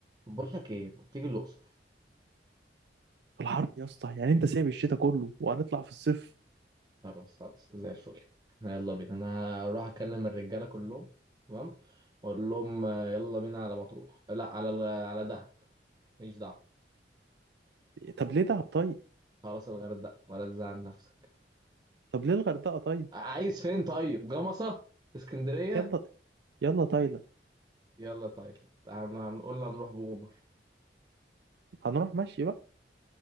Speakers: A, on the right; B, on the right.
A: بقول لك ايه ما تيجي الاقصر
B: في الحر يا اسطى يعني انت سايب الشتاء كله وهنطلع في الصيف
A: خلاص خلاص زي الفل احنا يلا بينا انا اروح اكلم الرجاله كلهم تمام واقول لهم آه، يلا بينا على مطروح لا على ال- على دهب ماليش دعوه
B: طب ليه دهب طيب
A: خلاص الغردقه ولا تزعل نفسك
B: طب ليه الغردقه طيب
A: ع- عايز فين طيب جمصه اسكندريه
B: يلا يلا تايلاند
A: يلا تايلاند هن- هنقول له هنروح باوبر
B: هنروح ماشي بقى